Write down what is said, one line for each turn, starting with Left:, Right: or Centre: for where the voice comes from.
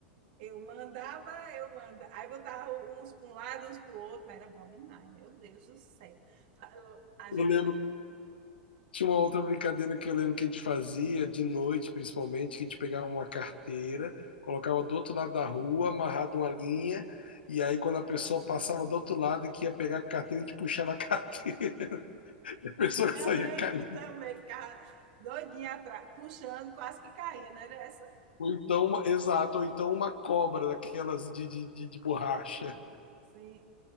Right: Eu mandava, eu mandava. Aí botava uns para um lado, uns para o outro, mas era bom demais, meu Deus do céu. A gente
Left: Eu lembro,
Right: começa.
Left: Tinha uma outra brincadeira que eu lembro que a gente fazia, de noite principalmente, que a gente pegava uma carteira, colocava do outro lado da rua, amarrado uma linha, e aí quando a pessoa passava do outro lado e que ia pegar a carteira, a gente puxava a carteira, <laughs> a pessoa
Right: Eu
Left: saía
Right: lembro
Left: caindo.
Right: também, ficava doidinha atrás, puxando, quase que caía, não era essa?
Left: Ou então, uma- exato, ou então uma cobra daquelas de, de, de, de borracha,
Right: Sim.